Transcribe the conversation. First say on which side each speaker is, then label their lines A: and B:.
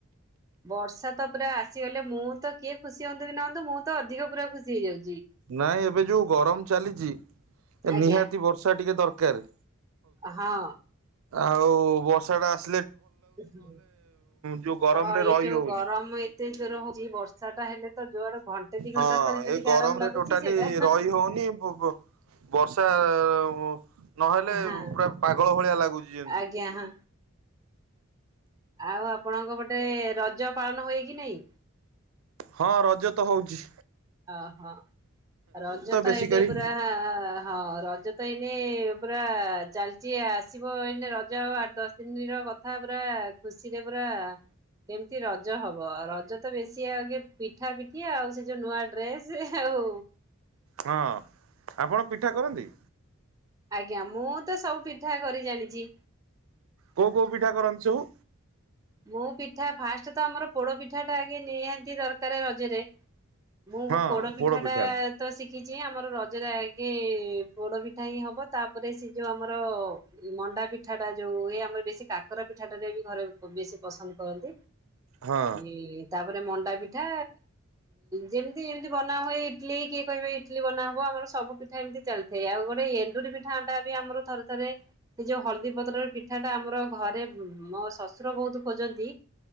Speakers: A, on the right; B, on the right.
A: ବର୍ଷା ତ ପୁରା ଆସିଗଲେ ମୁଁ ତ କିଏ ଖୁସି ହୁଅନ୍ତୁ କି ନହୁଅନ୍ତୁ ମୁଁ ତ ଅଧିକ ପୁରା ଖୁସି ହେଇଯାଉଛି।
B: ନାଇଁ ଏବେ ଯୋଉ ଗରମ ଚାଲିଛି
A: ଆଜ୍ଞା
B: ନିହାତି ବର୍ଷା ଟିକେ ଦରକା କାର
A: ହଁ
B: ଆଉ ବର୍ଷା ଟା ଆସ
A: ହଁ
B: ଯୋଉ ଗରମରେ
A: ହଁ ଏଇ
B: ରହି
A: ଯୋଉ
B: ହଉନି।
A: ଗରମ ଏତେ ଜୋର ହଉଛି ବର୍ଷା ଟା ହେଲେ ତ ଜୋଆଡେ ଘଣ୍ଟେ ଦି ଘଣ୍ଟା
B: ହଁ
A: ତ ହେଲେ
B: ଏଇ
A: ଟିକେ
B: ଗରମରେ
A: ଆରାମ ଲାଗୁଛି
B: ଟୋଟାଲି
A: ସେଇଟା
B: ରହି ହଉନି ବ-ବ-ବର୍ଷା ଆ <unintelligible> ନହେଲେ
A: ହଁ
B: ପୁରା ପାଗଳ ଭଳିଆ ଲାଗୁଛି ଯେମିତି
A: ଆଜ୍ଞା ହଁ ଆଉ ଆପଣଙ୍କ ପଟେ ରଜ ପାଳନ ହୁଏ କି ନାଇଁ?
B: ହଁ ରଜ ତ ହଉଚି।
A: ଓହୋ ରଜ ତ
B: ବେଶୀ
A: ଏବେ
B: କରି
A: ପୁରା ହଁ ରଜ ତ ଏଇନେ ପୁରା ଚାଲିଚି ଆସିବ ଏଇନେ ରଜ ଆଉ ଆଠ ଦଶ ଦିନ ର କଥା ପୁରା ଖୁସିରେ ପୁରା କେମିତି ରଜ ହବ ରଜ ତ ବେଶି ଆଗେ ପିଠା ପିଠି ଆଉ ସେ ଯୋଉ ନୂଆ ଡ୍ରେସେ ଆଉ
B: ହଁ ଆପଣ ପିଠା କରନ୍ତି?
A: ଆଜ୍ଞା ମୁଁ ତ ସବୁ ପିଠା କରି ଜାଣିଚି।
B: କୋଉ କୋଉ ପିଠା କରନ୍ତି ସବୁ?
A: ମୁଁ ପିଠା ଫାଷ୍ଟ ତ ଆମର ପୋଡ ପିଠା ଟା ଆଗେ ନିହାତି ଦରକାର ରଜରେ। ମୁଁ ଙ୍ଗୁ
B: ହଁ
A: ପୋଡପିଠାଟା
B: ପୋଡ ପିଠା
A: ତ ଶିଖ ଦେଖିଛି ଆମର ରଜରେ ଆଗେ ପୋଡ ପିଠା ହିଁ ହବ ତାପରେ ସେ ଯୋଉ ଆମର ମଣ୍ଡା ପିଠା ଟା ଯୋଉ ହୁଏ ଆମର ବେଶୀ କାକରା ପିଠାଟ ବି ଘରେ ବେଶୀ ପସନ୍ଦ କରନ୍ତି।
B: ହଁ
A: ହିଁ ତାପରେ ମ ଣ୍ଡା ପିଠା ଯେମିତି ଏମିତି ବନା ହୁଏ ଇଟଲିି କିଏ କହିବେ ଇଟିଲି ବନା ହବ ଆମର ସବୁିଠା ଏମତି ଚାଲିଥାଏ ଆଉ ଗୋଟେ ଏଣ୍ଡୁରି ପିଠା ଅଟା ବି ଆମର ଥରେ ଥରେ ସେ ଯୋଉ ହଳଦୀ ପତ୍ରର ପିଠାଟା ଆମର ଘରେ ମୋ ଶସ ବହୁତ ଖୋଜନ୍ତି